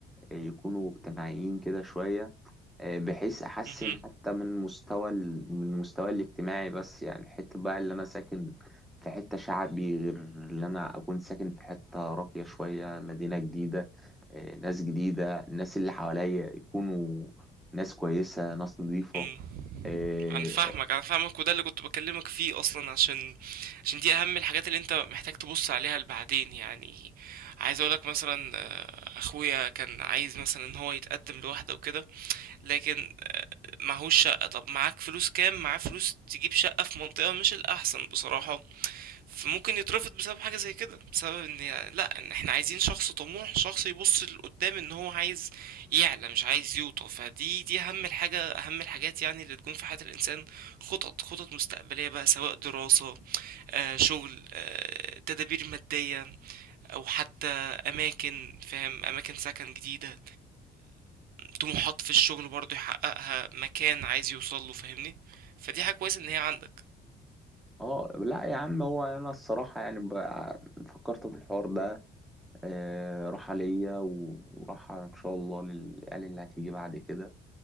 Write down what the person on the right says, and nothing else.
مهم.
مم.
انا فاهمك انا فاهمك وده اللي كنت بكلمك فيه اصلا عشان عشان دي اهم الحاجات اللي انت محتاج تبص عليها لبعدين يعني عايز اقولك مثلا آه، اخويا كان عايز مثلا ان هو يتقدم لوحده وكده لكن معهوش شقة طب معاك فلوس كام معاه فلوس تجيب شقة في منطقة مش الاحسن بصراحة فممكن يترفض بسبب حاجة زي كده بسبب ان لا ان احنا عايزين شخص طموح شخص يبص لقدام ان هو عايز يعلى مش عايز يوطى فدي دي اهم الحاجة اهم الحاجات يعني اللي تكون في حياة الانسان خطط خطط مستقبلية بقى سواء دراسة آه شغل آه تدابير مادية او حتى اماكن فاهم اماكن سكن جديدة طموحات في الشغل برضه يحققها مكان عايز يوصله فاهمني فدي حاجة كويسة ان هي عندك